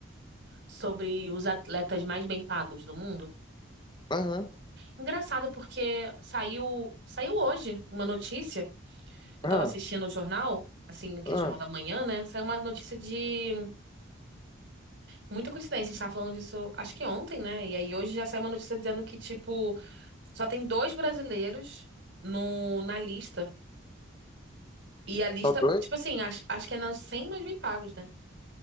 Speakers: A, on the right; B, on the left.
A: sobre os atletas mais bem pagos do mundo.
B: aham.
A: Engraçado porque saiu saiu hoje uma notícia. Eu
B: Ah,
A: estava assistindo o jornal, assim, que
B: ah.
A: é jornal da manhã, né? Saiu uma notícia de muita coincidência. A gente tava falando disso, acho que ontem, né? E aí hoje já saiu uma notícia dizendo que tipo só tem dois brasileiros no na lista. E a lista,
B: Tá doido?
A: tipo assim, acho, acho que é nas 100 mais bem pagos, né?